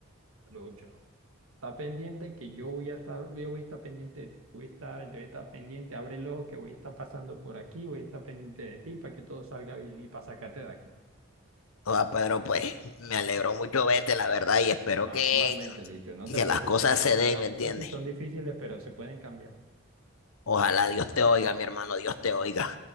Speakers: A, on the right; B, on the left.
A: Lucho, no. Está pendiente que yo voy a estar, yo voy a estar pendiente de ti. Voy a estar, entonces está pendiente, abre el ojo que voy a estar pasando por aquí, voy a estar pendiente de ti para que todo salga bien y para sacarte de aquí.
B: O sea, Pedro, pues me alegró mucho verte, la verdad, y espero
A: No,
B: que,
A: igualmente, Lucho, no
B: que
A: te preocupes
B: las cosas
A: que,
B: se den,
A: que las
B: ¿me
A: cosas
B: entiendes?
A: sí son difíciles, pero se pueden cambiar.
B: Ojalá Dios te oiga, mi hermano, Dios te oiga.